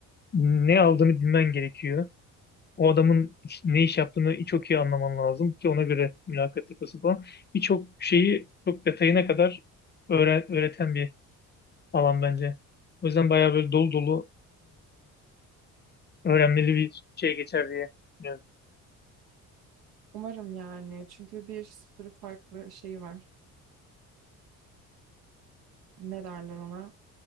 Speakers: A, on the left; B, on the right.
A: ne aldığını bilmen gerekiyor. O adamın iş- ne iş yaptığını çok iyi anlaman lazım ki ona göre mülakat yapası falan. Birçok şeyi çok detayına kadar öğren- öğreten bir alan bence. O yüzden bayağı böyle dolu dolu e, öğrenmeli bir şey geçer diye düşünüyorum.
B: Umarım yani çünkü bir sürü farklı şey var. ne derler ona?